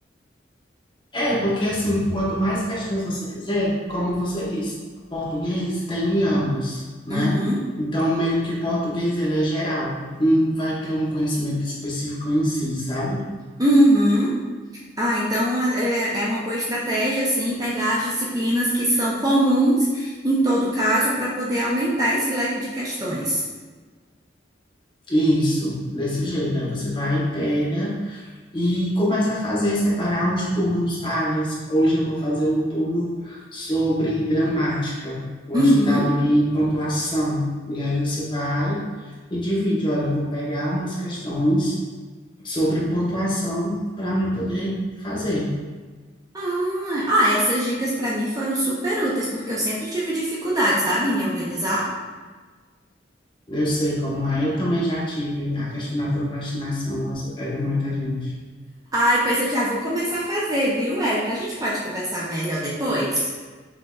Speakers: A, on the left; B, on the right.
A: É, porque assim, quanto mais questões você fizer, como você disse, português tem em ambos, né?
B: Uhum.
A: Então, meio que português, ele é geral. Um vai ter um conhecimento específico em si, sabe?
B: Uhum. Ah, então é, é uma boa estratégia, assim, pegar as disciplinas que são comuns em todo caso para poder aumentar esse leque de questões.
A: Isso, desse jeito. Aí você vai, pega e começa a fazer, separar os turnos. Ah, esse- hoje eu vou fazer um turno sobre gramática. Vou
B: Uhum.
A: estudar ali pontuação. E aí você vai e divide. Olha, eu vou pegar umas questões sobre pontuação para me poder fazer.
B: Ah, ah, essas dicas para mim foram super úteis, porque eu sempre tive dificuldade, sabe, em me organizar.
A: Eu sei como é, eu também já tive a questão da procrastinação, nossa, pega muita gente.
B: Ai, pois eu já vou começar a fazer, viu, Érica? A gente pode conversar melhor depois?